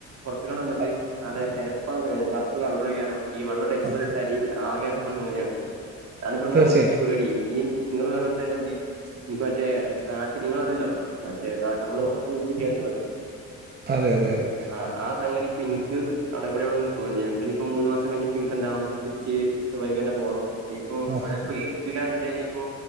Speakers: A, on the right (about 60°); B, on the right (about 35°).
A: പുറത്ത കണ്ട് വന്നിട്ട്
B: അ-
A: വിടെ ആത് അങ്ങനെ പ്പ കൾറ കാരും ഈ വെള്ള ടൈൽസ്
B: അതെ
A: ഇട്ടാൽ ആകെ അഴുക്ക്
B: ഉം.
A: വന്ന് ഇങ്ങനാണ് അതിപ്പോ
B: തീർച്ചയായിട്ടും
A: എനിക്ക് പേടി നിങ്ങള്ൾ പറഞ്ഞൽ തന്നെ എന്ത് നിനിക്ക് മറ്റേ നാട്ടിൽ നിങ്ങൾ പറ ഞ്ഞല്ലോ മറ്റേ നാട്ട നമ്മൾ ഒപ്പം ഒന്നും ചെയ്യാൻുള്ള മതി
B: അതെ അതെ അതെ
A: ആഹ് ആ സംങ്‌ എനിക്ക് അടപടയാണന്ന് തോന്ന് ഇനിപ്പോ മൂന്നു മാസം കഴിഞ്ഞിട്ട് ഇനിക്ക് എന്താണ് ച്ച് വൈകി തന്നെ പോണ് ഇപ്പൊ
B: ആ
A: ഇവിടെ ഇപ്പോ
B: ആ.
A: ഏൽപ്പിക്കാ യിപ്പോ